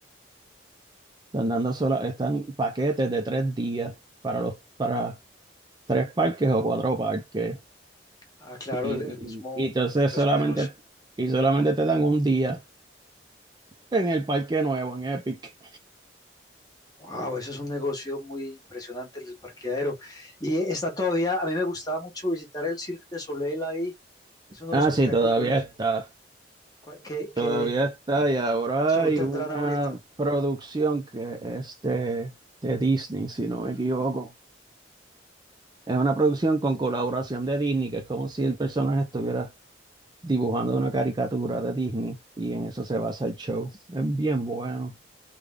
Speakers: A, on the right; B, on the left.
A: están dando sola- están paquetes de tres días para los, para tres parques o cuatro parques.
B: Ah, claro,
A: Y,
B: el, el mismo
A: y, y entonces
B: parqueadero
A: solamente,
B: es un negocio.
A: y solamente te dan un día en el parque nuevo, en Epic.
B: Wow, eso es un negocio muy impresionante, el del parqueadero. Y está todavía, a mí me gustaba mucho visitar el Cirque de Soleil ahí, es uno de
A: Ah,
B: los espectáculos
A: sí, todavía
B: buenos.
A: está,
B: ¿Cuál- ¿Qué,
A: todavía
B: qué,
A: está y ahora
B: qué show
A: hay
B: tendrán
A: una
B: ahorita?
A: producción que es de, de Disney, si no me equivoco. Es una producción con colaboración de Disney, que es como si el personaje estuviera dibujando una caricatura de Disney y en eso se basa el show. Es bien bueno.